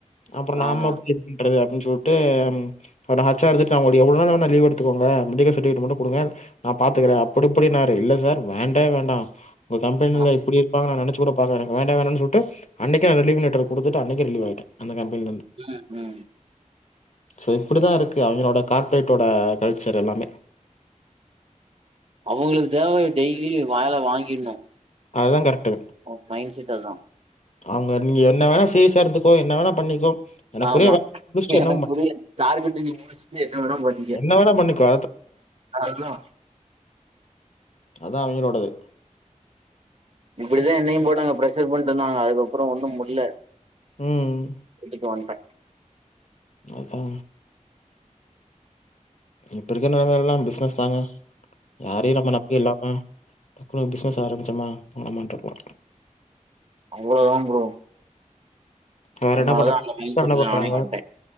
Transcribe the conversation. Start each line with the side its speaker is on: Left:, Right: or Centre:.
Left: அப்புறோ நாம
Right: ஆமா
Left: எப்புடி இது பண்றது அப்டின் சொல்ட்டு <unintelligible> ஹச் சார் இருந்துட்டு அவங்கள்ட எவ்ளவு நாள் வேணா லீவ் எடுத்துக்கோங்க மெடிகட் மட்டு குடுங்க நா பாத்துக்கறே அப்புடி இப்புடின்னாரு இல்ல சார் வேண்டவே வேண்டா உங்க கம்பெனியில
Right: ஆ,
Left: இப்டி ப்பாங்க நா நெனைச்சு கூட பாக்ல எனக் வேண்டவே வேண்டா சொல்ட்டு அன்னைக்கே நா ரிலீவ் லெட்டர் குடுத்துட்டு அன்னைக்கே ரிலீவ் ஆயிட்டே அந்த கம்பெனில இருந்து
Right: <inaudible>
Left: ஸோ இப்புடி தா இருக்கு அவங்களோட கார்பரேட்டோட கல்ச்சர் எல்லாமே
Right: அவுங்களுக் தேவ டெய்லியு வேல வாங்கிட்ணு
Left: அதா கரெக்ட்டு
Right: ஓ மைண்ட் செட் அதா
Left: அவங்க நீங்க என்ன வேணா சீரியசா எடுத்துக்கோ என்ன வேணா பண்ணிக்கோ எனக்குரிய
Right: ஆமா
Left: வேலைய முடிச்சுட்டு
Right: எனக்கு
Left: என்ன பண்-
Right: புரியாது டார்கெட் நீ முடிச்ட்டு என்ன வேணா பண்ணிக்க
Left: என்ன வேணா பண்ணிக்கோ.
Right: அதுதா
Left: அதா அவங்களோடது
Right: இப்புடித்தா என்னையு அங்க போட்டு ப்ரஷர் பண்ணிட்ருந்தாங்க அதுக்கப்புறோ ஒன்னு முட்ல
Left: ம்.
Right: வீட்டுக்கு வண்ட்ட
Left: அதா இப்ப இருக்ற நெலமைலெல்லா பிஸ்னஸ் தாங்க யாரையு நம்ம நம்பிட்ல்லா அ டக்குனு பிஸ்னஸ் ஆரம்பிச்சமா போனமான்ட்ருக்குனு
Right: அவ்ளோ தா ப்ரோ
Left: வேற
Right: அதனாலதான்
Left: என்ன பண்ற
Right: அந்த
Left: கிட்ஸ்லா
Right: மைண்ட் செட்ல
Left: என்ன பண்றாங்க
Right: நானே வந்துட்டேன்